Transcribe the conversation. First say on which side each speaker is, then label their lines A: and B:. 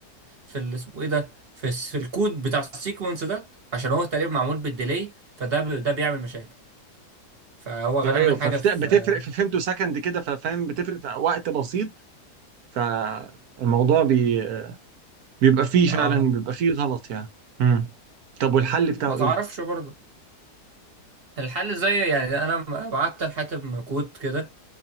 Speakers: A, on the right; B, on the right.
A: في ال اسمه ايه ده في الس- في الكود بتاع السيكونس ده عشان هو تقريبا معمول بالديلي فده ب- ده بيعمل مشاكل فهو غالبا
B: ايوه
A: حاجه
B: فبتفرق
A: في اه
B: في فهمته سكند كده ففاهم بتفرق في وقت بسيط فالموضوع بي... بيبقى فيه فعلا
A: آه،
B: بيبقى فيه غلط يعني مم. طب والحل بتاعه
A: ما تعرفش
B: ايه؟
A: برضه الحل زي يعني انا م- بعت لحاتم كود كده